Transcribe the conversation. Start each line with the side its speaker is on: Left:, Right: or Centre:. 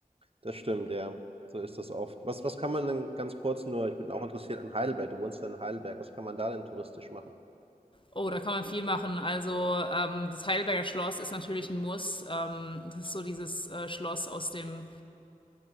Right: Das stimmt, ja. So ist das oft. Was was kann man denn ganz kurz nur ich bin auch interessiert an Heidelberg. Du wohnst ja in Heidelberg. Was kann man da denn touristisch machen?
Left: Oh, da kann man viel machen. Also ähm, das Heidelberger Schloss ist natürlich ein Muss. Ähm, das ist so dieses äh, Schloss aus dem,